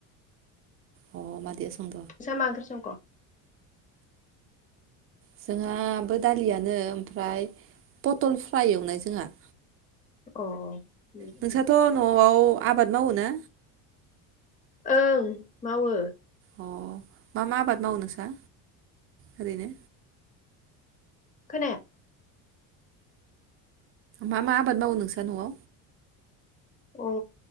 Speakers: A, on the right; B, on the left.
A: अ मादैया सं
B: नोंस्रा मा ओंख्रि संख?
A: जोंहाबो दालियानो ओमफ्राय पथल फ्राय एवनाय जोंहा
B: अ उ
A: नोंस्राथ'
B: उ
A: न'आव आबाद मावो ना?
B: ओं मावो
A: अ मा मा आबाद मावनो नोंसा ओरैनो?
B: खोनाया
A: मा मा आबाद मावो नोंसा न'आव?
B: अ